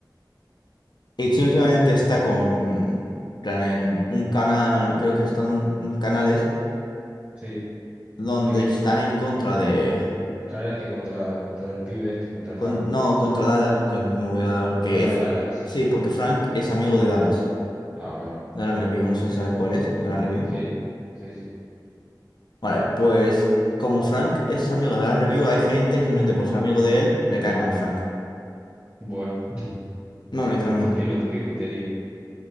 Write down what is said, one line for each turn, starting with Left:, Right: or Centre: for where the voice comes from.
Left: Y Chi últimamente está con, plan, en un canal, creo que están un- un canales
Right: sí.
Left: donde
Right: ¿De qué?
Left: están en contra de,
Right: Canales que contra, contra el pibe este, contra
Left: con-
Right: Frank.
Left: no, contra Dallas, porque no se me olvidó, que
Right: Contra
Left: F-
Right: Dallas.
Left: sí, porque Frank es amigo de Dallas,
Right: Ah, bueno.
Left: de la Review, no sé si sabes cuál es, de la Review.
Right: Sí, sí, sí.
Left: Vale, pues como Frank es amigo de la Review, hay gente que simplemente por ser amigo de él le cae mal Frank.
Right: Bueno. <laughs>
Left: No, literalmente.
Right: Qué pelotudo, qué puterío.